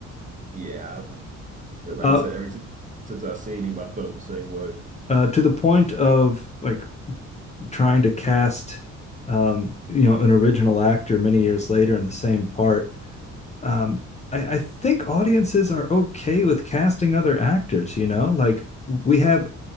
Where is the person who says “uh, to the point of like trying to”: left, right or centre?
Left